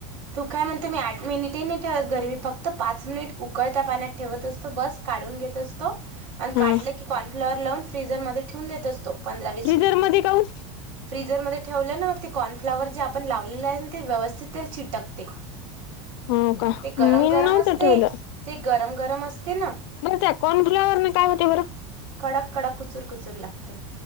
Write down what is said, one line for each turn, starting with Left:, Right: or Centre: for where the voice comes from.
Right: तू काय म्हणतो मी आठ मिनिटी नाही ठेवत, घर मी फक्त पाच मिनिट उकळता पाण्यात ठेवत असतो बस. काढून घेत असतो आणि काढलं
Left: हा
Right: की कॉर्नफ्लावर लावून फ्रीझर मध्ये ठेवून देत असतो. तो पंधरा वित
Left: फ्रिजरमध्ये काऊ.
Right: फ्रीझरमध्ये ठेवलं ना मग ते, कॉर्नफ्लाॉवर जे आपण लावलेले आहे ते व्यवस्थित ते चिटकते.
Left: हो का
Right: ते गरम
Left: मी नव्हतं
Right: गरम असते
Left: ठेवलं
Right: ते, गरम गरम असते ना.
Left: बरं त्या कॉर्न फ्लावर न काय होते बरं?
Right: कडक कडक कुचूर कुचूर लागते‌